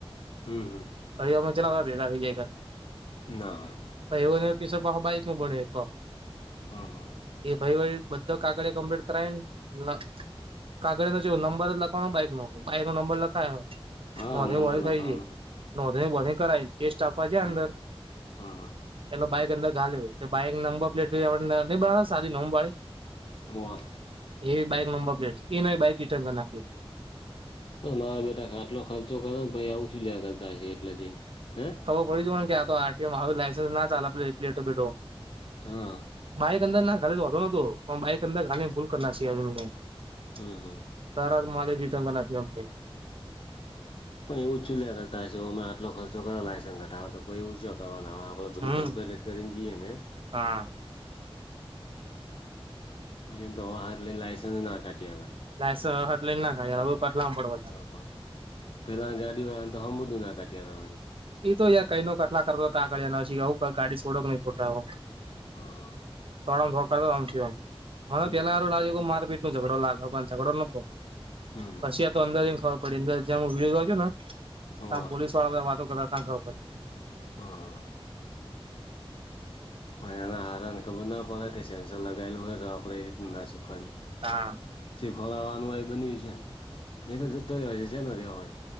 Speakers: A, on the left; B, on the right.
A: હમ્મ હમ્મ.
B: ઘડીવામાં ચેલા ભેગા થઈ જાય તા.
A: ના.
B: એવું ન કિશો પાહે બાઈક નું ભણ્યો હ.
A: હા હા.
B: એ ભાઈ વળ બધો કાગળે કમ્પ્લીટ કરાય ને કાગળ ની જેવો નંબર લખ પણ બાઈક નો બાઈક નો નંબર લખાય
A: હા
B: નંધ
A: નંબર
B: વળી
A: લખવાનો
B: થઈ જઈ. નોંધણી બોધની કરાઈ ટેસ્ટ આપવા જા
A: હા
B: અંદર.
A: હા હા.
B: એટલે બાઈક અંદર ઘાલે દે, તે બાઈક નંબર પ્લેટ <unintelligible> સાદી નેમવાળી.
A: <unintelligible>
B: એવી બાઈક નંબર પ્લેટ એ ન બાઈક રીટન કર નાખી.
A: પણ મારા બેટા આટલો ખર્ચો કરે ને પહિ આવું શું લ્યા કરતા હશે એટલા જઈને હે.
B: કઈ જોવાનું કે આ તો આતિઓ આ લાસન્સ ના ચાલે પ્લેટો બેઠો,
A: હા
B: મા અંદર ના ગાલી તો વાતો નહોતો પણ બાઈક અંદર ગાડીને ભૂલ કર નાખશે <unintelligible>
A: હમ્મ હમ્મ.
B: તારા મારે જ રિટર્ન કરના છે અમને.
A: પણ એવું જ ચૂલ્યા કરતા છે અમે આટલો ખર્ચો કરો લાયસન્સ ઘટાવવા તો એવું કરવાના આપડે બધું
B: હમ
A: કમ્પલે જ કરીને જઈએ ને.
B: હા.
A: બીજા ન તા હાતલે લાયસન્સ ના કાઢી એલા.
B: લાયસન હટલે નાખાય પટલામ પડવો <inaudible>
A: તો પણ પેલા ગાડી વાળ તો હમધું ના કઢ્યા હતાળડી.
B: એ તો યાર કઈ નો કટલા કરતો કાગળિયા ના હું ગાડી છોડો ન છોડતા હો.
A: હા હા.
B: <unintelligible> ફોકાતો આમ થી આમ મને
A: હમ
B: પેલા એારું લાગે કે મારપીટ નો ઝઘડો લાગે પણ ઝઘડો નતો,
A: હમ હમ
B: પછી આ તો અંદર ખબર પડી અંદર જ્યાં હું વિડ છું ને
A: હોવે
B: ત પોલીસ વાળા બધા વાતો કરતા તા ખબર પડી
A: હા પણ એના હારાને ખબર ના પડે કે સેન્સર લગાયેલું હોય તો આપડે એ રીતનું ના શીખડીએ
B: હા.
A: શેવ ખોરાવાનું એ બન્યું છે ને એ તો જતો રહ છે જે ન રહવા હોય.